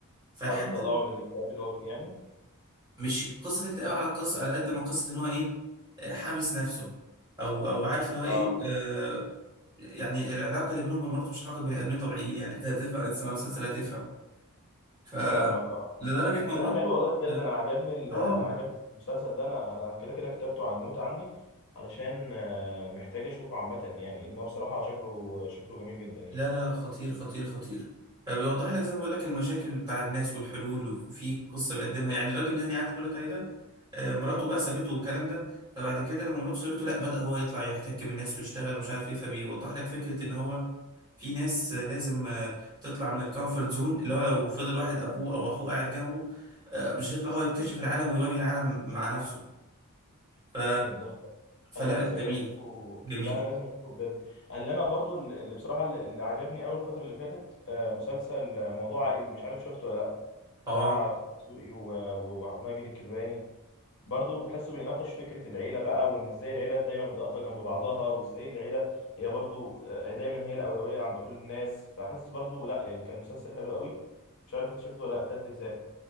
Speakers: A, on the right; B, on the left.
A: فلحد
B: حاول تطلعه من الاكتئاب اللي هو فيه يعني
A: مش قصة اكتئاب على القصة على قد ما قصة ان هو ايه آه، حابس نفسه او او عارف اللي هو ايه
B: اه
A: آه يعني العلاقة اللي بينهم ومراته مش علاقة بني ادمين طبيعيين يعني انت هتدفع تسمع مسلسل هتفهم ف
B: فاهمك اه
A: لدرجة ما
B: لا
A: مراته
B: حلو والله بجد انا عجبني
A: <laughs>
B: ال...
A: اه
B: انا عجبني المسلسل ده انا انا كده كده كتبته على النوتة عندي علشان آه، محتاج اشوفه عامة يعني ان هو بصراحة شكله شكله جميل جدا يعني
A: لا لا لا خطير خطير خطير فبيوضح لك زي ما بقول لك المشاكل بتاع الناس والحلول وفي قصه بيقدمها يعني الراجل اللي هاني عادل بيقول لك عليه ده آه، مراته بقى سابته والكلام ده فبعد كده لما مراته سابته لا بدأ هو يطلع يحتك بالناس ويشتغل ومش عارف ايه فبيوضح لك فكره ان هو في ناس آه، لازم آه، تطلع من الكومفورت زون اللي هو لو فضل واحد ابوه او اخوه قاعد جنبه آه، مش هيطلع هو يكتشف العالم ويواجه العالم مع نفسه ف...
B: جامد ده
A: فلا
B: انا لازم
A: جميل
B: اشوفه
A: جميل
B: لا انا لازم اشوفه بجد اللي انا برضو اللي بصراحة اللي اللي عجبني قوي الفترة اللي فاتت آه، مسلسل موضوع عائلي مش عارف شفته ولا لا
A: اه
B: بتاع طه دسوقي و- و- وماجد الكدواني برضه بحسه بيناقش فكرة العيلة بقى وإن إزاي العيلة دايما بتقف جنب بعضها وإزاي العيلة هي برضه آه، دايما هي الأولوية عند كل الناس فحاسس برضه لأ يعني كان مسلسل حلو قوي مش عارف أنت شفته ولا لأ تلات أجزاء